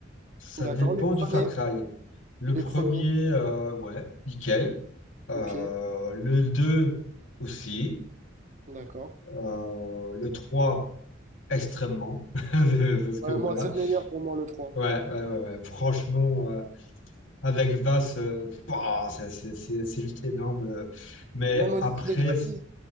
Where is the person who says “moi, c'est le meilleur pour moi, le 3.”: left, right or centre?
Right